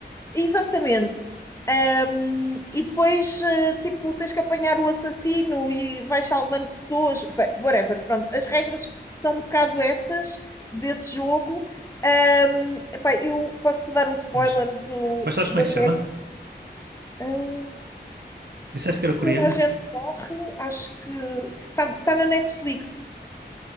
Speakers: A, on the left; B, on the right.
A: Exatamente. Ahm, e depois, eh, tipo, tens que apanhar o assassino e vais salvando pessoas, Bem, whatever. Pronto, as regras são um bocado essas desse jogo. Ahm, epá, eu posso-te dar o spoiler
B: Mas,
A: do,
B: mas sabes
A: da
B: como é que se
A: série.
B: chama?
A: Ah,
B: Disseste que era
A: toda
B: coreano?
A: a gente morre, acho que está na Netflix.